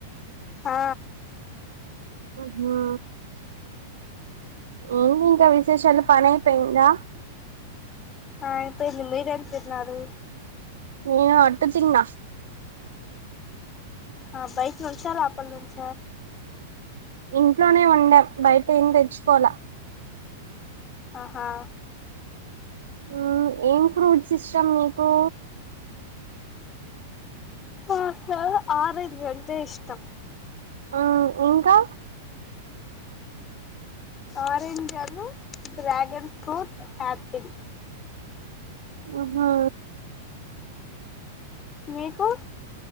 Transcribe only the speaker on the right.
ఆహా ఏంటి ఇంకా విశేషాలు పనైపోయిందా
నేను అట్టు తిన్న
ఇంట్లోనే వండాం బయట ఏం తెచ్చుకోలా
హ్మ్మ్ ఏం ఫ్రూట్స్ ఇష్టం నీకు
ఆ ఇంకా
ఆహా